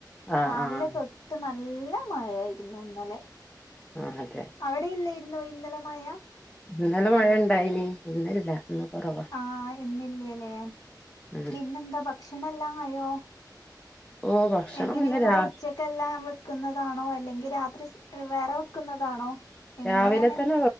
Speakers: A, on the left; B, on the left.
A: ആഹ്
B: രാവിലെ
A: ആഹ്
B: തൊ ട്ട് നല്ല മഴ ആയിരുന്നു ഇന്നലെ
A: ആ അതെ
B: അവിടെയില്ലായിരുന്നോ ഇന്നലെമഴ?
A: ഇന്നലെ മഴ ഇണ്ടായിനി ഇന്നില്ല ഇന്ന് കൊറവ
B: ആഹ് ഇന്നില്ലേല്ലേ
A: ഉം
B: ഇന്നെന്താ ഭക്ഷണം എല്ലാം ആയോ?
A: <unintelligible>
B: എങ്ങനെ നിങ്ങള്
A: രാ
B: ഉച്ചക്കെല്ലാം വെക്കുന്നതാണോ അല്ലെങ്കിൽ രാത്രി വേറെ വെക്കുന്നതാണോ? എങ്ങനെയാണ്
A: രാവിലെ തന്നെ